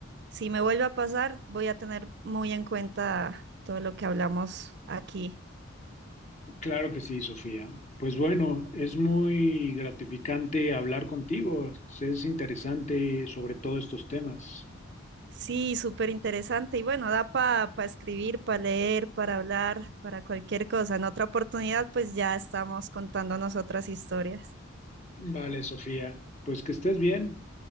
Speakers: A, on the right; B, on the left.
A: Si me vuelve a pasar, voy a tener muy en cuenta todo lo que hablamos aquí.
B: Claro que sí, Sofía. Pues bueno, es muy gratificante hablar contigo. Es interesante sobre todo estos temas.
A: Sí, súper interesante. Y bueno, da para escribir, para leer, para hablar, para cualquier cosa. En otra oportunidad, pues ya estamos contando nosotras historias.
B: Vale, Sofía. Pues que estés bien.